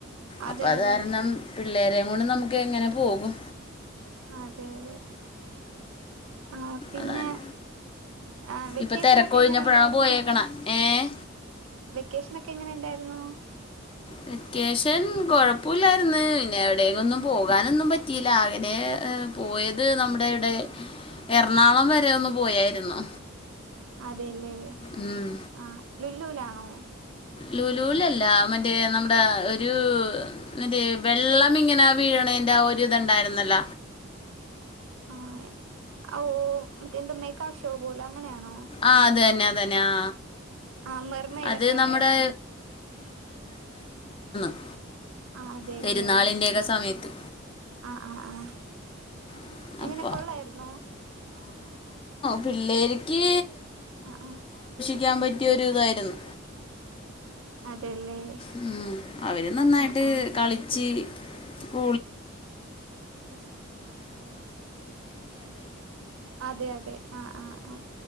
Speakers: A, on the right; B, on the left.
A: അതെ
B: അപ്പ അത്
A: അതെ
B: കാരണം പിള്ളേര കൊണ്ട് നമുക്ക് എങ്ങനെ പോകും
A: അതെ അതെ ആ പിന്നെ
B: അതാണ്
A: ആ വെക്കേഷനോക്കെ
B: ഇപ്പം തിരക്കൊഴിഞ്ഞപ്പോഴാണ്
A: എങ്ങനെ ഉണ്ടായിരുന്നു
B: പോയേക്കണ ഏ
A: വെക്കേഷനോക്കെ എങ്ങനെ ഉണ്ടായിരുന്നു
B: വെക്കേഷൻ കൊഴപ്പുല്ലായിരുന്ന് പിന്നെ എവിടെക്കൊന്നും പോകാനൊന്നും പറ്റിയില്ല <unintelligible> ഏ പോയത് നമ്മുടെ ഇവിടെ എറണാകുളം വരെ ഒന്ന് പോയായിരുന്നു
A: അതെല്ലേ <unintelligible>
B: ഉം.
A: ആ ലുല്ലൂലാണോ
B: ലുലു അല്ലമറ്റേ നമ്മുടെ ഒരു മറ്റേ വെള്ളം ഇങ്ങനാ വീഴണേ അന്റെ ഒരു ഇത്ണ്ടായിരുന്നല്ല
A: ആഹ് ആ ഓ മറ്റെ എന്ത മേകാ ഷോ പോലെ അങ്ങനെയാണോ
B: ആ അത് തന്നെ അത് തന്നെ ആ
A: ആ മെർമെയ്ഡൊക്കെ
B: അത്
A: ഉണ്ടായിരുന്നു
B: നമ്മുടെ <inaudible>
A: അതേല്ലേ
B: പെരുന്നാളിൻ്റെയൊക്കെ സമയത്ത്
A: ആ ആ ആ
B: <inaudible>
A: എങ്ങനെ കൊള്ളായിരുന്നോ
B: പിള്ളേര്ക്ക്
A: ആ ആ
B: ക്കാൻ പറ്റിയൊരു തായിരിന്നു
A: അതെല്ലേ
B: ഉം അവര് നന്നായിട്ട്
A: ആ ആ
B: കളിച്ച് <inaudible>
A: അതെ അതെ ആ ആ ആ